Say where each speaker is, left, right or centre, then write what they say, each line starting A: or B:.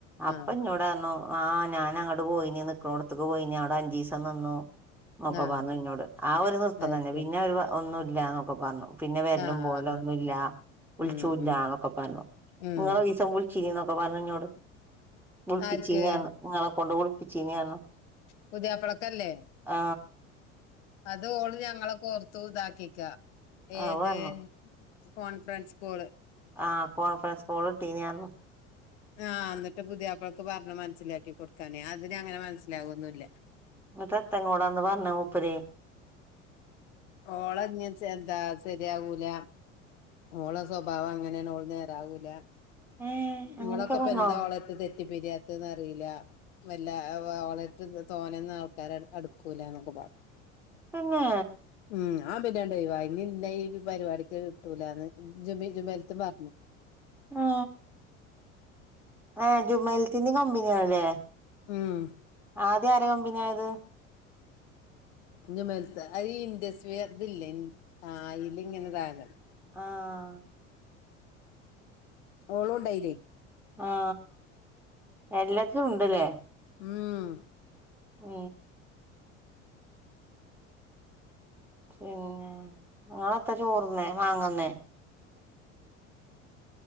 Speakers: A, in the centre; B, on the left (about 65°).
A: അപ്പൊ
B: ആഹ്
A: ഇന്നോട് പറഞ്ഞു. ആഹ് ഞാന അങ്ങട് പോയിനി നിക്ക്ണോ ട്ത്ത്ക്ക് പോയിനി അവിടെ അഞ്ചിസം നിന്നു. എന്നൊക്കെ
B: ആഹ്
A: പറഞ്ഞു ഇന്നോട് ആ ഒരു നൃത്തം
B: അത്
A: തന്നെ
B: ശരി
A: പിന്നെ ഒരു ഒന്നും ഇല്ലന്നൊക്കെ പറഞ്ഞു. പിന്നെ വരലും
B: ആഹ്
A: പോവ ലൊന്നുല്ല
B: ആഹ്
A: വിളിച്ചുല്ല
B: ഉം ഉം
A: ന്നൊക്കെ പറഞ്ഞു
B: ഉം
A: ഇങ്ങള ഒരീസം വിളിച്ചിനി നന്നൊക്കെ പറഞ്ഞു ന്നോട് വിളിപ്പിച്ചീനി
B: ആർക്ക്
A: ഉങ്ങളെ കൊണ്ട് വിളിപ്പിച്ചീനി പറ ഞ്ഞു.
B: പുതിയാപ്ലക്കല്ലേ?
A: ആ
B: അതോള് ഞങ്ങളെ കോർത്തു ഇതാക്കിക്ക ഏത്
A: അപ്പൊ പറഞ്ഞു
B: കോൺഫറൻസ് കൊള്
A: ആ കോൺഫറൻസ് കോള് ഇട്ടിനി പറഞ്ഞു
B: ആഹ എന്നിട്ട് പുതിയപ്പളക്ക് പറഞ് മനസ്സിലാക്കി കൊടുക്കാനേ അതിന് അങ്ങനെ മനസ്സിലാകൊന്നില്ല.
A: ന്നട്ട് എത്ത ഇങ്ങളോട് അന്ന് പറഞ്ഞത് മൂപ്പര്?
B: ഓളഞ്ഞ്എന്താ ശെരിയാകൂല. ഓള സ്വഭാവങ്ങനേണ് ഓള് നേരാവൂല
A: ഏ അങ്ങനെയൊക്കെ
B: ഇങ്ങളൊക്കെ ഇപ്പ
A: പറഞ്ഞോ
B: എന്താ ഓളെ തെറ്റിപ്പിരിയാത്തത് ന്നറിയില്ല വല്ലഓളെ തോ നൊന്നും ആൾക്കാര് അടുക്കൂല എന്നൊക്കെ പറ
A: തന്നെ
B: ഉംഞാൻ പിന്നാണ്ട് ഒഴിവായി ഇ ഇന്ന ഈ പരിപാടിക്ക് കിട്ടൂലാന്ന് ജുബി ജുമൈലത്ത് പറഞ്ഞു
A: ആ ആ ജുമൈൽത്തിന്ന കമ്പനിയാണല്ലേ
B: ഉം
A: ആദ്യ ആരാ കമ്പനിആയത്
B: ജുമൈലത്ത അ ഈ ഇൻഡസ്ഫിയർ ഇതില്ലേ ആ അയിൽ ഇങ്ങനെതായാത
A: ആ
B: ഓളുണ്ടായില്
A: ആ എല്ലാത്തും ഉണ്ട്ല്ലേ
B: ഉം
A: ഏ പിന്നെ നിങ്ങളെ ത്താ ചോറുന്നെ മാങ്ങന്നേ